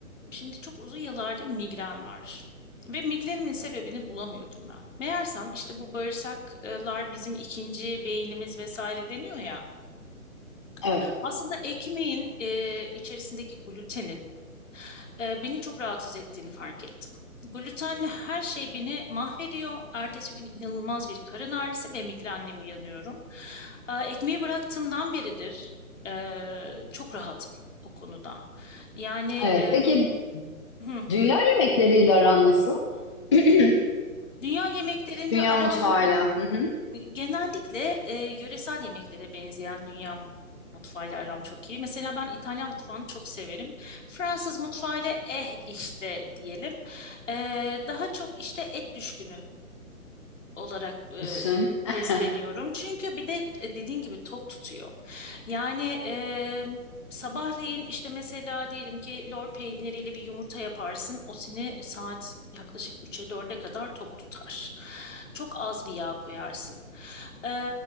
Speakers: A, on the left (about 55°); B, on the left (about 20°).
A: şimdi çok uzun yıllardır migren var. Ve migrenimin sebebini bulamıyordum ben. Meğersem işte bu bağırsaklar bizim ikinci beynimiz vesaire deniyor ya.
B: Evet,
A: Aslında ekmeğin e, içerisindeki glutenin e, beni çok rahatsız ettiğini fark ettim. Glutenle her şey beni mahvediyor. Ertesi gün inanılmaz bir karın ağrısı ve migrenle uyanıyorum. E, ekmeği bıraktığımdan beridir e, çok rahatım o konuda. Yani e,
B: evet. Peki
A: hı,
B: dünya yemekleriyle aran nasıl? <clears throat>
A: dünya yemeklerinde
B: Dünya
A: aram
B: mutfağıyla. Hı hı.
A: Genellikle e, yöresel yemeklere benzeyen dünya mutfağıyla aram çok iyi. Mesela ben İtalyan mutfağını çok severim. Fransız mutfağıyla eh işte diyelim. E, daha çok işte et düşkünü olarak e,
B: Düşün. <laughs>
A: besleniyorum. Çünkü bir de e, dediğin gibi tok tutuyor. Yani e, sabahleyin işte mesela diyelim ki lor peyniriyle bir yumurta yaparsın. O seni saat yaklaşık 3'e dörde kadar tok tutar. Çok az bir yağ koyarsın. E,